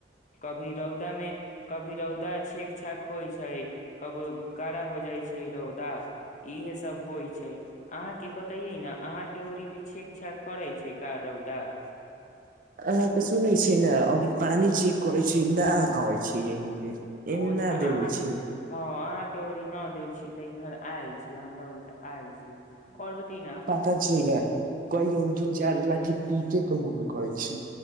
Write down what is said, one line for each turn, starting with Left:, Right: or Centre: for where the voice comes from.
Left: कभी रौदा मे कभी रौदा छेक छाक होइ छै कबो कड़ा हो जाइ छै रौदा इहे सब होइ छै अहाँ के बतैये ने अहाँ के ओड़ी छेक छाक करे छै का रौदा
Right: अहाँके सुनैत छै ने अभी पानि जे करै छै न अबैत छिअय एमे
Left: ओ
Right: न
Left: अच्छा अहाँ
Right: देबै
Left: के
Right: छै
Left: हँ अहा के ओड़ी न देय छी ते इधर आयल छी हमरा ओड़ी ते आयल छी आओर बयना
Right: क छैा कहियौ दू चारि लाठी पीटे के मन करै छी